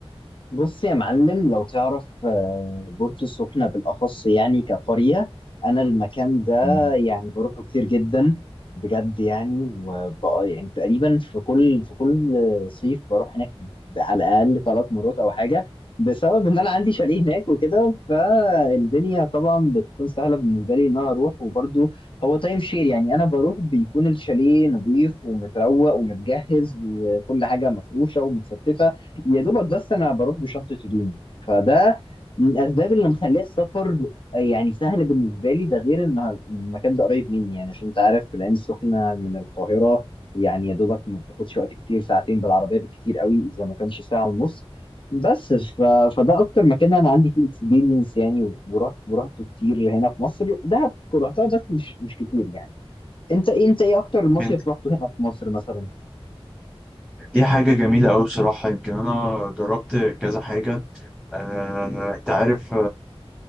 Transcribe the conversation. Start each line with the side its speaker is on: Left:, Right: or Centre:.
Left: بص يا معلم لو تعرف آه، بورتو السخنة بالأخص يعني كقرية أنا المكان ده
Centre: مم.
Left: يعني بروحه كتير جدا بجد يعني وبقى يعني تقريبا في كل في كل صيف بروح هناك على الأقل ثلاث مرات أو حاجة بسبب إن أنا عندي شاليه هناك وكده فالدنيا طبعا بتكون سهلة بالنسبة لي إن أنا أروح وبرضو هو تايم شير يعني أنا بروح بيكون الشاليه نظيف ومتروق ومتجهز وكل حاجة مفروشة ومتستفة يا دوبك بس انا بروح بشنطه هدومي فده من الاسباب اللي مخليه السفر يعني سهل بالنسبه لي ده غير ان المكان ده قريب مني يعني عشان انت عارف في العين السخنه من القاهره يعني يا دوبك ما بتاخدش وقت كتير ساعتين بالعربيه بالكتير قوي اذا ما كانش ساعه ونص بس ف... فده اكتر مكان انا عندي فيه اكسبيرينس يعني ورحت ورحته كتير هنا في مصر دهب رحتها بس مش مش كتير يعني انت إيه، انت ايه اكتر مصيف
Centre: كانت-
Left: رحته هنا في مصر مثلا
Centre: دي حاجة جميلة أوي بصراحة يمكن أنا جربت كذا حاجة آه، أنت عارف